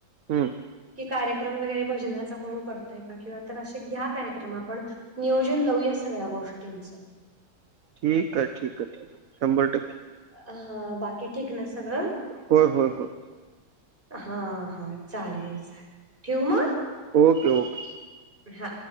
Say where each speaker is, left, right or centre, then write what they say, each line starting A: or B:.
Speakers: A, on the right; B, on the right.
A: हम्म
B: कि कार्यक्रम वगैरे भजनाचा कोण करतय किंवा तर असे घ्या कार्यक्रम आपण नियोजन लावूया सगळ्या गोष्टींच.
A: ठीक आहे ठीक आहे ठीक शंभर टक्क
B: हा बाकी ठीक ना सगळं
A: होय होय होय.
B: हा हा चालेल चालेल ठेवू म
A: ओके ओके.
B: हा..